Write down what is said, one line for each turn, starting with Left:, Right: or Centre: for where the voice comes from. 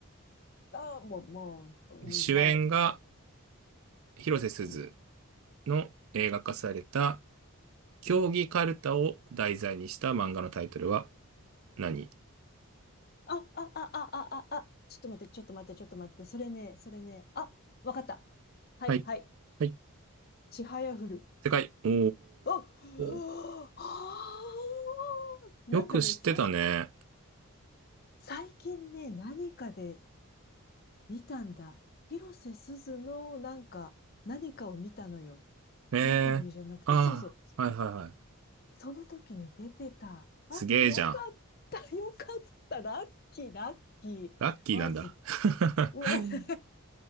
Left: あ、もう、もう、うんまあ、
Right: ん主演が広瀬すず
Left: うん、
Right: の映画化された、競技カルタを題材にした漫画のタイトルは
Left: うん
Right: 何
Left: あ、あ、あ、あ、あ、あ、あ、ちょっと待って、ちょっと待って、ちょっと待って、それね、それね、あ、わかった。はい、
Right: はい。
Left: はい。
Right: はい。
Left: ちはやふる。
Right: 正解。お
Left: あ、はあ、
Right: ー。
Left: なんかね、
Right: よく知ってたね。
Left: 最、最近ね、何かで見たんだ。広瀬すずの、なんか、何かを見たのよ。
Right: えーああ、
Left: インタビューじゃなくて、そうそう。
Right: はいはいはい。
Left: その時に出てた。
Right: すげえじゃん。
Left: あ、よかった、よかった。ラッキー、ラッキー。
Right: ラッキーなんだ。
Left: あ、すっ、
Right: <laughs>
Left: ね、<laughs> す